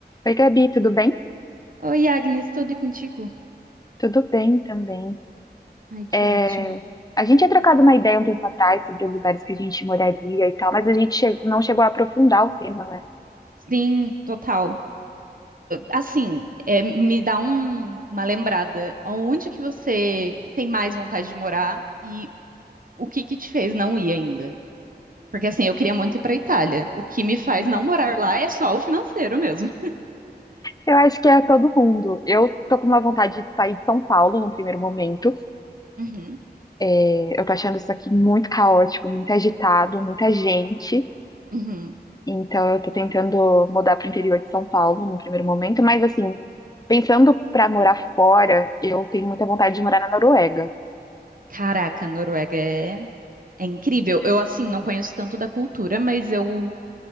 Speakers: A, on the left; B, on the right.
A: Oi, Gabi, tudo bem?
B: Oi, Agnes, tudo e contigo?
A: Tudo bem também.
B: Ai, que
A: É,
B: ótimo.
A: a gente tinha trocado uma ideia um tempo atrás sobre os lugares que a gente moraria e tal, mas a gente che- não chegou a aprofundar o tema, né?
B: Sim, total. Assim, é, me dá um- uma lembrada. Onde que você tem mais vontade de morar e o que que te fez não ir ainda? Porque assim, eu queria muito ir para Itália. O que me faz não morar lá é só o financeiro mesmo.
A: Eu acho que é todo mundo. Eu tô com uma vontade de sair de São Paulo no primeiro momento.
B: Uhum,
A: É, Eu tô achando isso aqui muito caótico, muito agitado, muita gente.
B: uhum.
A: Então eu tô tentando mudar para o interior de São Paulo no primeiro momento, mas assim, pensando para morar fora, eu tenho muita vontade de morar na Noruega.
B: Caraca, Noruega é, é incrível. Eu, assim, não conheço tanto da cultura, mas eu